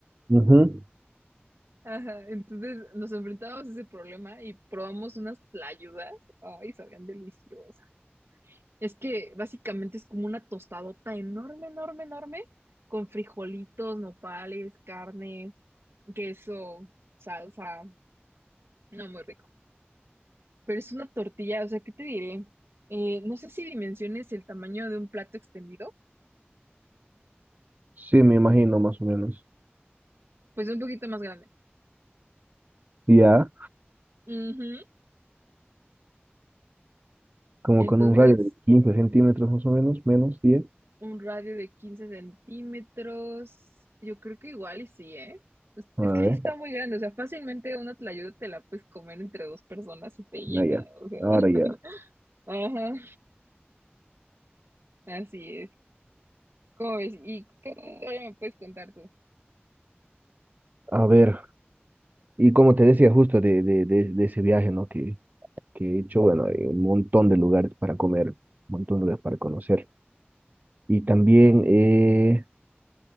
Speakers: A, on the right; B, on the right.
A: Ujú.
B: Ajá, entonces nos enfrentábamos a ese problema y probamos unas tlayudas. Ay, sabían deliciosas. Es que básicamente es como una tostadota enorme, enorme, enorme, con frijolitos, nopales, carne, queso, salsa. No, muy rico. Pero es una tortilla, o sea, ¿qué te diré? Eh, no sé si dimensiones el tamaño de un plato extendido,
A: Sí, me imagino más o menos.
B: pues un poquito más grande.
A: Y Ya,
B: Ujú.
A: como
B: Entonces,
A: con un radio de 15 centímetros más o menos, menos diez
B: un radio de 15 centímetros. Yo creo que igual y sí, ¿eh? Es,
A: A
B: es que
A: ver,
B: sí está muy grande, o sea, fácilmente una tlayuda te la puedes comer entre dos personas y te llena,
A: ah, ya.
B: o sea, <laughs>
A: Ahora ya.
B: ajá, así es. ¿Cómo ves? ¿Y qué otra historia me puedes contar tú?
A: A ver, y como te decía justo de, de, de, de ese viaje, ¿no? Que, que he hecho, bueno, hay un montón de lugares para comer, un montón de lugares para conocer. Y también eh,